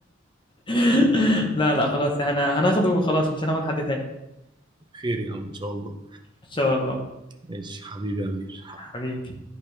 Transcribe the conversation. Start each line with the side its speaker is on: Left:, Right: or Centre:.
Left: <laughs> لا لا خلاص احنا هناخده وخلاص مش هناخد حد تاني
Right: خير يا عم ان شاء الله
Left: ان شاء الله
Right: ماشي حبيبي يا امير حبيبي
Left: حبيبي